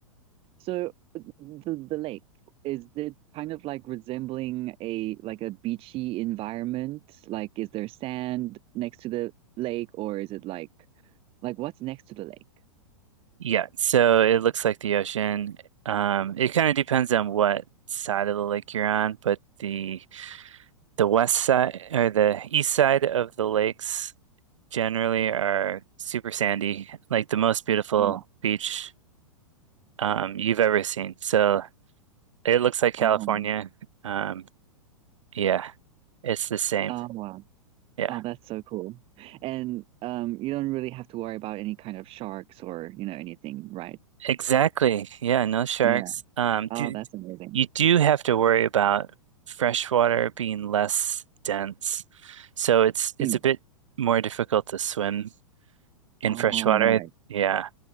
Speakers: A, on the right; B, on the right.
A: So the the lake, is it kind of like resembling a like a beachy environment? Like is there sand next to the lake or is it like like what's next to the lake?
B: yeah, so it looks like the ocean. Um, it kind of depends on what side of the lake you're on, but the the west side or the east side of the lakes generally are super sandy. Like the most beautiful
A: Mm.
B: beach um, you've ever seen. So it looks like California.
A: Oh,
B: Um, yeah, it's the same.
A: oh wow.
B: Yeah,
A: Oh, that's so cool. And um you don't really have to worry about any kind of sharks or, you know, anything, right?
B: exactly. Yeah, no sharks.
A: Yeah.
B: Um,
A: Oh,
B: do,
A: that's amazing.
B: you do have to worry about freshwater being less dense. So it's it's
A: Mm.
B: a bit more difficult to swim in
A: All
B: freshwater.
A: right.
B: Yeah.